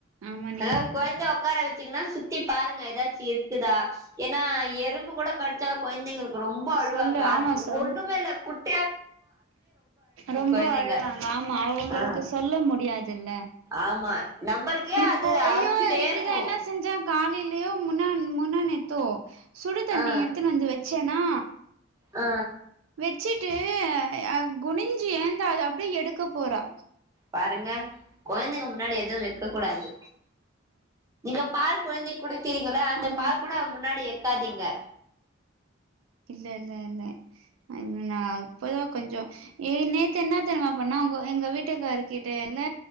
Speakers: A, on the right; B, on the right.
A: ஆமா நீங்க
B: எதாவ்
A: சொன்னது
B: கொயந்த ஒக்கார வெ திங்னா சுத்தி பாருங்க எதாச்சு இருக்குதா ஏன்னா எறும்பு கூட கடிச்சாலு கொழந்தைங்களுக் ரொம்போ அழுவாங்க
A: சொல்லு ஆமா
B: அது
A: சொல்லு
B: ஒண்ணுமே இல்ல குட்
A: ரொம்ப
B: கொழந்தைங்க
A: அழுவாங்க ஆமா அவுங்களுக்கு
B: ஆ
A: சொல்ல முடியா தில்ல
B: ஆமா நம்பளுக்கே
A: இப்போ
B: அது
A: ஐயோ
B: அரிச்சுட்டே
A: இப்டிதா
B: இருக்கு
A: என்ன செஞ்செ கா திலயோ முன்னான் முன்னாநேத்தோ சுடு தண்ணி
B: ஆ
A: எடுத்துன் வந்து வெச் ச்சனா
B: ஆ
A: வெச்சிட்டு அ குனிஞ்சி ஏந்து அத அப்டே எடுக்க போறா
B: பாருங்க கொழந்தைங்க முன்னாடி எது வெக்க கூடாது நீங்க பால் கொழந்தை குடுக்குறீங்கள அந்த
A: கொஞ்சோ
B: பால் கூட முன்னாடி‌ வெ க்காதீங்க
A: இல்ல இல்ல இல்ல நா இப்ப தா கொஞ்சோம் ஏ நேத்து என்ன தெரிமா பன்னா அவுங்க எங்க வீட்டுக்காருக்கிட்ட இல்ல